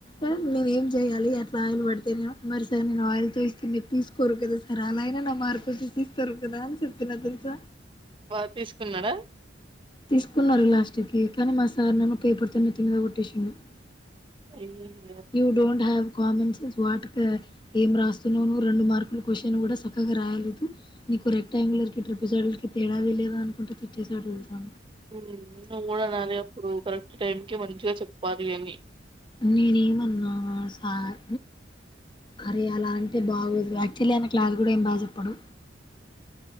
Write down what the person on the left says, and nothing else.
ఆ నేనేం చెయ్యాలి అట్ ఆయిల్ పడితేనెమో మరి సార్ నేను ఆయిల్తో ఏస్ అని చెప్పి తీసుకోరు కద సార్ అలా అయినా నా మార్పు చూపిస్తారు కదా చెప్పిన తెల్స
తీసుకున్నారు లాస్ట్ కి కానీ మా సార్ నన్ను పేపర్తో నేత్తి మీద కొట్టేసిండు
you don't have common sense వాటికా? ఏం రాస్తున్నావు నువ్వు రెండు మార్కులు క్వశ్చన్ కూడా సక్కగా రాయలేదు. నీకు రెక్టాంగులర్ కి <unintelligible> కి తేడా తెలీదు అనుకుంట తిట్టేశాడు తెల్సా
నిను ఎమన్నా సార్ అరే అలా అంటే బాగొదు యాక్చవలీ ఆయన క్లాస్ కూడా ఏం బాగ చెప్పా పడు